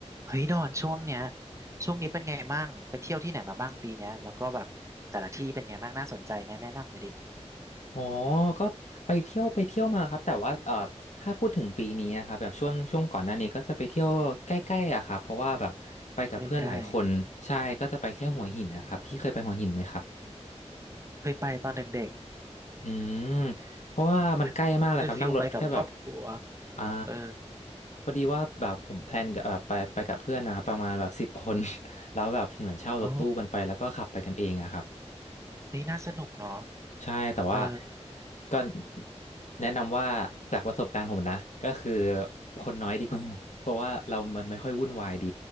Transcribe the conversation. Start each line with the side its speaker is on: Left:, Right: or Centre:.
Right: เฮ้ยดอนช่วงเนี้ยช่วงนี้เป็นไงบ้างไปเที่ยวที่ไหนมาบ้างปีเนี้ยแล้วก็แบบแต่ละที่เป็นไงบ้างน่าสนใจไหมแนะนำหน่อยดิ
Left: อ๋อก็ไปเที่ยวไปเที่ยวมาครับ แต่ว่าเอ่อถ้าพูดถึงปีนี้อะครับแบบช่วงช่วงก่อนหน้านี้ก็จะไปเที่ยวใกล้ๆอะครับ เพราะว่าแบบไปกับเพื่อนหลายคนใช่ก็จะไปแค่หัวหินนะครับ
Right: ใกล้ๆอืม
Left: พี่เคยไปหัวหินไหมครับ
Right: เคยไปตอนเด็ก
Left: อืมเพราะว่ามันใกล้มากเลยครับนั่งรถแค่แบบ
Right: ๆเป็นฟิลไปกับครอบครัว
Left: อ่า
Right: เออ
Left: พอดีว่าแบบผมแพลนกับแบบไปไปกับเพื่อนนะครับประมาณแบบสิบคน <laughs> แล้วแบบเหมือนเช่ารถตู้กันไปแล้วก็ขับไปกันเองอะครับ
Right: โอ้เฮ้ยน่าสนุกเนาะ
Left: ใช่แต่ว่า
Right: เออ
Left: ก็แนะนำว่าจากประสบการณ์ผมนะก็คือคนน้อยดีกว่า <laughs> เพราะว่าเรามันไม่ค่อยวุ่นวายดี